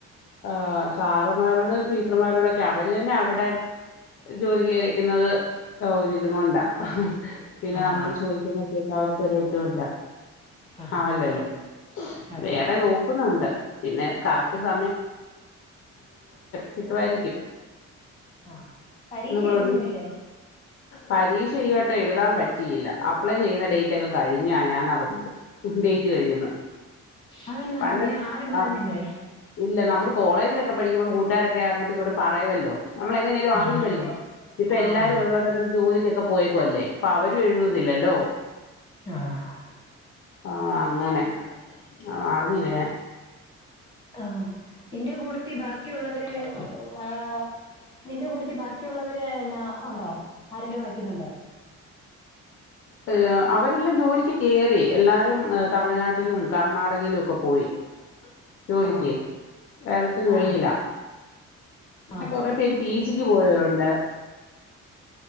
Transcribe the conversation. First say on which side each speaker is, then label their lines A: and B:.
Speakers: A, on the left (about 45°); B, on the left (about 15°).
A: ആ സാറുമാരോടും ടീച്ചർമാരോടൊക്കെ അവര് തന്നെ അവിടെ ജോലിക്കേറി ന്നത് ഓര് ഇതും കൊണ്ടാ ഹ് ഉം പിന്നെ
B: ആ
A: നമ്മള് ചോദിക്കുമ്പോഴത്തേക്കും അവർക്കൊരു ബുദ്ധിമുട്ടാ
B: ആ ആ,
A: ആവില്ലല്ലോ
B: അതെ
A: വേറെ നോക്കുന്നുണ്ട് പിന്നെ കറക്റ്റ്
B: ഉം.
A: സ കിട്ടുമായിരിക്കും
B: ആ പരീക്ഷ
A: എന്ന് പ്രതീക്ഷി
B: എഴ്തന്നില്ലേ
A: പരീക്ഷ ഈ വട്ടം എഴുതാൻ പറ്റിയില്ല അപ്ലൈ ചെയ്യുന്ന ഡേറ്റ് ഒക്കെ കഴിഞ്ഞാ ഞാൻ അറിഞ്ഞത് ഡേറ്റ് കഴിഞ്ഞെന്ന്
B: അതെന്നാ
A: പണ്ട്
B: നീ ആരും പറഞ്ഞില്ലേ
A: ആഹ് ഇല്ല നമ്മള് കോളേജിലൊക്കെ പഠിക്കുമ്പോ കൂട്ട്ക്കാരൊക്കെ അങ്ങോട്ടും ഇങ്ങോട്ട് പറയുവല്ലോ നമ്മൾ എങ്ങനെലും അറിയുവല്ലോ
B: ആ
A: ഇപ്പ എല്ലാരും
B: ആ
A: ഓരോത്തടത് ജോലിക്കൊക്കെ പോയേക്കുവല് പ്പവരും എഴുതുന്നില്ലല്ലോ
B: ആ
A: ആ അങ്ങനെ ആ അറിഞ്ഞില്ല ഞാൻ
B: ആ ഇന്റെ കൂട്ടത്തി ബാക്കിയുള്ളവര് ആ നിന്റെ കൂട്ടത്തി ബാക്കിയുള്ളവര് എന്നാ ഉണ്ടോ ആരിലും വയ്ക്ക്ന്നുണ്ടോ
A: ഏ അവരെല്ലാം ജോലി കേറി എല്ലാരും തമിഴ്നാട്ടി ട്ടിലും കർണാടകയിലും ഒക്കെ പോയി ജോലിക്കേ
B: ആ
A: കേരളത്തിന്
B: ആ
A: വെളിയില പിന്നെ
B: ആ
A: കൊറേ പേര് പീജിക്ക് പോയവരുണ്ട്